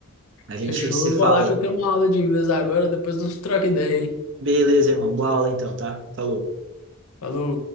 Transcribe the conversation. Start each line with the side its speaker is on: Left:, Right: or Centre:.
Right: A gente
Left: fechou.
Right: se
Left: Eu
Right: fala
Left: vou lá
Right: aí.
Left: que eu tenho uma aula de inglês agora, depois nós troca ideia, hein?
Right: Beleza, irmão. Boa aula então, tá? Falou.
Left: Falou.